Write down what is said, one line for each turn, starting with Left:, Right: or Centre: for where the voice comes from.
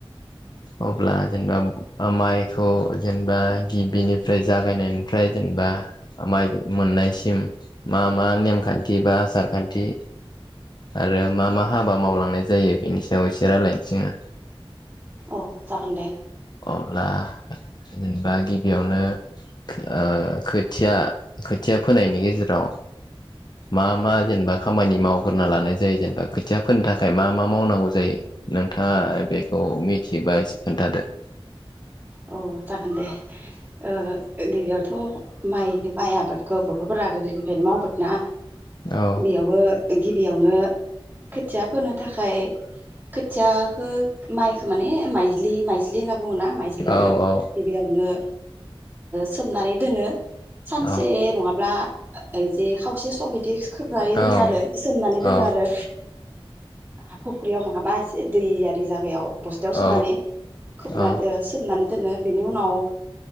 Left: अब्ला जेनेबा माइखौ जेनेबा गिबिनिफ्राय जागायनायनिफ्राय जेनेबा माइ मोननायसिम मा मा नेमखान्थि बा आसार खान्थि आरो मा मा हाबा मावलांनाय जायो बेनि सायाव एसे रायलायनोसोङो
Right: औ जागोन दे
Left: अब्ला जेनेबा गिबियावनो ओ खोथिया खोथिया फोनायनि गेजेराव मा मा जेनेबा खामानि मावग्रोना लानाय जायो जेनेबा खोथिया फोनो थाखाय मा मा मावनांगौ जायो नोंथाङा बेखौ मिथियोबा एसे खोन्थादो
Right: औ जागोन दे ओ गिबियावथ' माइ माइ आबादखौ बरथ'फोरा गोदोनिफ्रायनो मावबोदो ना
Left: औ
Right: बेयावबो गिबियावनो खोथिया फोनो थाखाय खोथियाखो माइखो माने माइज्लि माइज्लि होनना बुङोना माइज्लि ओ
Left: औ औ
Right: गिबियावनो सोमनानै दोनो सानसे
Left: औ
Right: नङाब्ला ओ जे खावसे सब इदि खोबनानै
Left: औ
Right: दोनो आरो सोमनानै दोनो
Left: औ
Right: आरो हा फख्रियाव नङाबा एसे दैयारि जायगायाव बस्थायाव सोनानै
Left: औ
Right: खोबनानै
Left: औ
Right: सोमनानै दोनो बिनि उनाव